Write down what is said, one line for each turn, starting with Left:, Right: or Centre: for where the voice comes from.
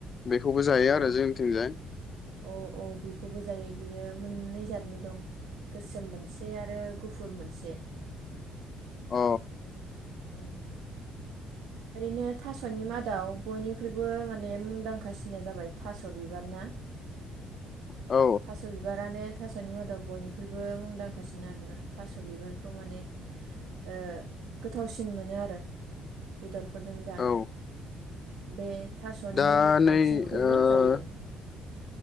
Left: बेखौबो जायो
Right: औ
Left: आरो जोंनिथिंजाय।
Right: औ औ बेखौबो जायो बियो मोननै जादनि दं, गोसोम मोनसे आरो गुफुर मोनसे
Left: अ
Right: <inaudible> ओरैनो थास'नि मादाव बयनिख्रुइबो माने मुंदांखासिना जाबाय थास' बिबार ना
Left: औ
Right: थास' बिबारानो थास'नि मादाव बयनिख्रुइबो मुंदां गासिनो आरोना थास' बिबारखौ माने ओ गोथावसिन मोनो आरो। बेदर फोरजों जानो
Left: औ
Right: बे थास'नि
Left: दा नै
Right: आथिंखौबो
Left: ओ
Right: जायो।